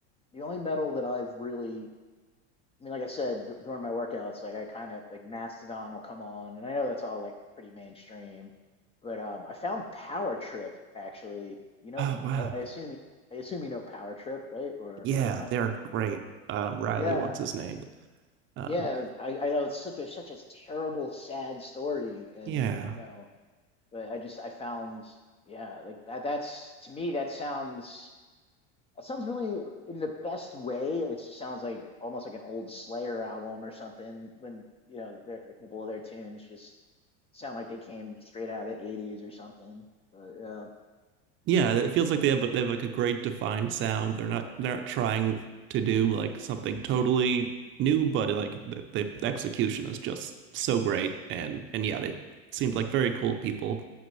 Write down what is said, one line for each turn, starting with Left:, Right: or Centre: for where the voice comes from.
Left: the only metal that I've really I mean, like I said d- during my workouts, like I kind of like Mastodon will come on, and I know that's all like pretty mainstream, but um I found Power Trip actually. You know,
Right: Oh wow.
Left: I, I assume I assume you know Power Trip, right? Or
Right: Yeah,
Left: or not?
Right: they're great. Um, Riley,
Left: Yeah.
Right: what's his name? Um,
Left: Yeah, I, I know it's such a such a terrible, sad story, and
Right: yeah,
Left: you know, but I just I found yeah, like that that's to me that sounds that sounds really in the best way. It just sounds like almost like an old Slayer album or something when you know their the couple of their tunes just sound like they came straight out of the 80s or something. But yeah.
Right: yeah. It feels like they have they have like a great defined sound. They're not they're not trying to do like something totally new, but like the, the execution is just so great. And and yeah, they seemed like very cool people.